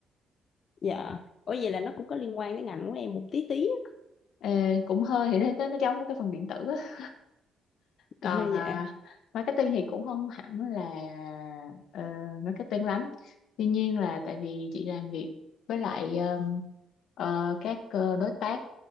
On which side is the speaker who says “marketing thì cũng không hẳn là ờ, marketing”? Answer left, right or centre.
Left